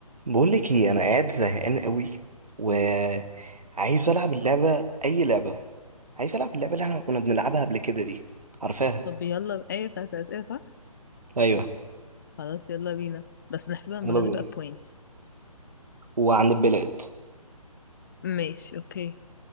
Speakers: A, on the right; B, on the left.
A: بقولك ايه انا قاعد زهقان قوي وعايز العب اللعبه اي لعبه عايز العب اللعبه اللي احنا كنا بنلعبها قبل كده دي عارفاها
B: طب يلا ايه بتاعت الأسئلة صح
A: ايوه
B: خلاص يلا بينا بس نحسبها المرة
A: يلا بينا
B: دي بقى بوينتس
A: وعن البلاد
B: ماشي اوكي